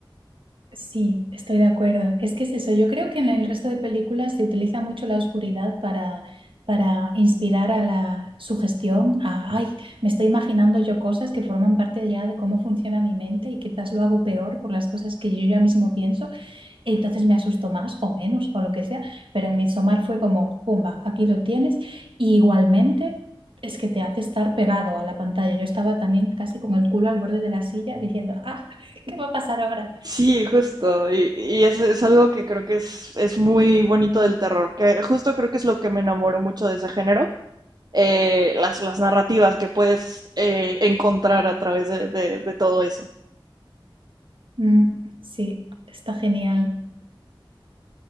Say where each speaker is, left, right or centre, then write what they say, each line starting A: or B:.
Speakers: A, on the right (about 70°); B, on the right (about 50°).
A: Sí, estoy de acuerdo. Es que es eso. Yo creo que en el resto de películas se utiliza mucho la oscuridad para, para inspirar a la sugestión, a, ay, me estoy imaginando yo cosas que forman parte ya de cómo funciona mi mente y quizás lo hago peor por las cosas que yo ya mismo pienso, e entonces me asusto más o menos o lo que sea, pero en Midsommar fue como, pumba, aquí lo tienes. Y igualmente... Es que te hace estar pegado a la pantalla. Yo estaba también casi con el culo al borde de la silla diciendo, ah, <laughs> ¿qué va a pasar ahora?
B: Sí, justo. Y, y es, es algo que creo que es, es muy bonito del terror, que justo creo que es lo que me enamoró mucho de ese género, eh, las, las narrativas que puedes eh, encontrar a través de, de- de todo eso.
A: Mm, sí, está genial.